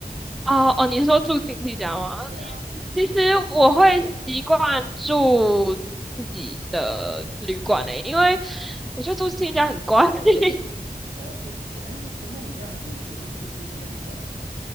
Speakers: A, in the centre; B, on the right.
A: 哦哦，你是说住亲戚家吗？
B: 对啊，
A: 嗯，其实我会习惯住自己的旅馆诶、因为我觉得住亲戚家很怪。<laughs>
B: 哦，所以是啊，可那你这样子都是住固定的旅馆吗？